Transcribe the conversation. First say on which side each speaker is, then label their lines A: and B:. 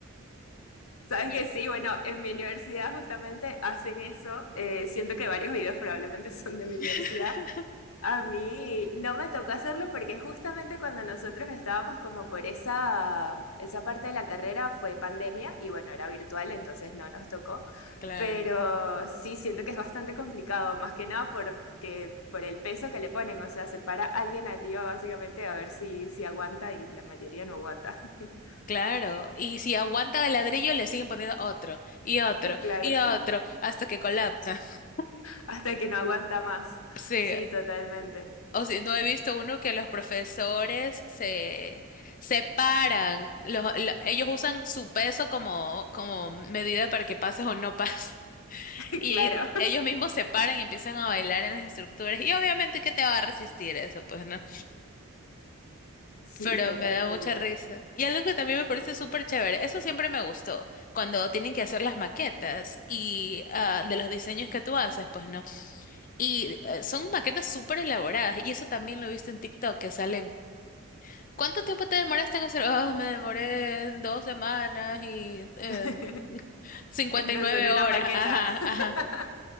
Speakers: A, on the left; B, on the left.
A: Sabes
B: Pero-
A: que sí, bueno, en mi universidad justamente hacen eso. eh, siento que varios videos probablemente <laughs> son de
B: <laughs>
A: mi universidad. A mí no me tocó hacerlo porque justamente cuando nosotros estábamos como por esa, esa parte de la carrera fue pandemia y bueno, era virtual, entonces no nos tocó.
B: Claro.
A: Pero sí, siento que es bastante complicado, más que nada porque, por el peso que le ponen. O sea, se para alguien arriba básicamente a ver si, si aguanta y la mayoría no aguanta. <laughs>
B: Claro, y si aguanta el ladrillo, le siguen poniendo otro, y otro,
A: Claro.
B: y otro, hasta que colapsa. <laughs>
A: Hasta que no aguanta más.
B: Sí,
A: Sí, totalmente.
B: o si no he visto uno que los profesores se separan, los, lo- ellos usan su peso como, como medida para que pases o no pases, <laughs>
A: <laughs>
B: y
A: Claro,
B: ellos mismos se paran y empiezan a bailar en las estructuras, y obviamente que te va a resistir eso, pues, ¿no?
A: sí,
B: Pero
A: totalmente.
B: me da mucha risa. Y algo que también me parece súper chévere, eso siempre me gustó, cuando tienen que hacer las maquetas y ah, de los diseños que tú haces, pues no. Y eh, son maquetas súper elaboradas y eso también lo he visto en TikTok que salen. ¿Cuánto tiempo te demoraste en hacer? Oh, me demoré dos semanas y eh,
A: <laughs>
B: <laughs> cincuenta
A: Es no
B: y nueve
A: ser
B: horas.
A: una maqueta.
B: Ajá,
A: <laughs>
B: ajá.